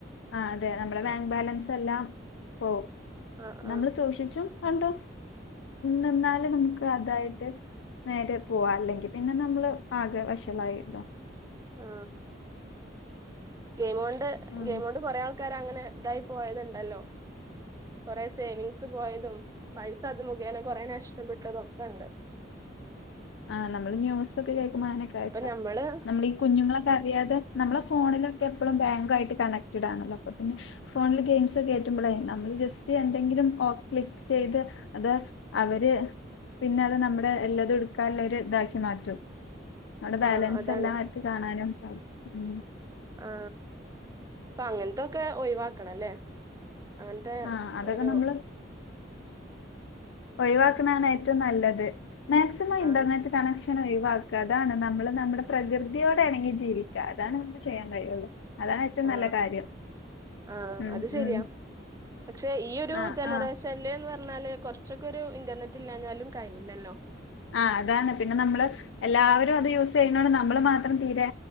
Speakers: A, on the left (about 85°); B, on the right (about 20°).
A: ആ അതെ നമ്മുടെ ബാങ്ക്
B: ആഹ്
A: ബാലൻസ് എല്ലാം പോവും
B: ആഹ്
A: നമ്മൾ
B: ആഹ്
A: സൂക്ഷിച്ചും കണ്ടും നിന്നാല് നമുക്ക് അതായിട്ട് നേരെ പോവാ അല്ലെങ്കിൽ പിന്നെ നമ്മള് പാകെ വഷളായിണ്ടാവും.
B: ആ ഗെയിം കൊണ്ട്
A: ആഹ്
B: ഗെയിം കൊണ്ട് കൊറെ ആൾ ക്കാർ അങ്ങനെ ഇതായി പോയതുണ്ടല്ലോ. കൊറെ സേവിങ്സ് പോയതും പൈസ അത് മുഖേന കൊറെ നഷ്ടപ്പെട്ടതൊക്കെണ്ട്
A: ആഹ് നമ്മള് ന്യൂസ്സൊക്കെ കേക്കുമ്പോ അങ്ങനൊക്കെ <unintelligible>
B: അപ്പൊ ഞമ്മള്
A: നമ്മളീ കുഞ്ഞുങ്ങളെ അറിയാതെ നമ്മളെ ഫോണിലൊക്കെ എപ്പളും ബാങ്ക് ആയിട്ട് കണക്റ്റഡ് ആണല്ലോ അപ്പം പിന്നെ ഫോണിൽ ഗെയിംസൊക്കെ കേറ്റുമ്പളെ നമ്മള് ജസ്റ്റ് എന്തെങ്കിലും ക്ലിക്ക് ചെയ്ത് അത് അവര് പിന്നെ അത് നമ്മുടെ എല്ലതും എട് ക്കാല്ലൊരു ഇതാക്കി മാറ്റും. നമ്മുടെ
B: ആ
A: ബാലൻസ്
B: അതാണ്
A: എല്ലാം അവർക്ക് കാണാനും സാധിക്കും ഉം
B: ആ അപ്പ അങ്ങനത്തൊക്കെ ഒഴിവാക്കണംല്ലേ അങ്ങനത്തെ
A: ആഹ് അതൊക്കെ
B: ഓരോ
A: നമ്മള് ഒഴിവാക്കണാണ് ഏറ്റവും നല്ലത്. മാക്സിമം ഇന്റർനെറ്റ്
B: ആഹ്
A: കണക്ഷൻ ഒഴി ക്ക അതാണ് നമ്മള് നമ്മുടെ പ്രകൃതിയോടെണങ്ങി ജീവിക്കുക അതാണ് നമ്മക്ക്‌ ചെയ്യാൻ കഴിയുള്ളൂ അതാണ് ഏറ്റവും
B: ആ
A: നല്ല കാര്യം
B: ആ
A: ഉം
B: അത് ശരിയാ
A: ഉം
B: പക്ഷെ ഈയൊരു
A: ആഹ്
B: ജനറേഷനില്ന്നു
A: ആഹ്
B: പറ ഞ്ഞാല് കൊറച്ചൊക്കെ ഒരു ഇന്റർനെറ്റ് ഇല്ലാഞാലും കഴിയില്ലല്ലോ
A: ആ അതാണ് പിന്നെ നമ്മള് എല്ലാവരും അത് യൂസ് ചെയ്യുന്നോണ്ട് നമ്മള് മാത്രം തീരെ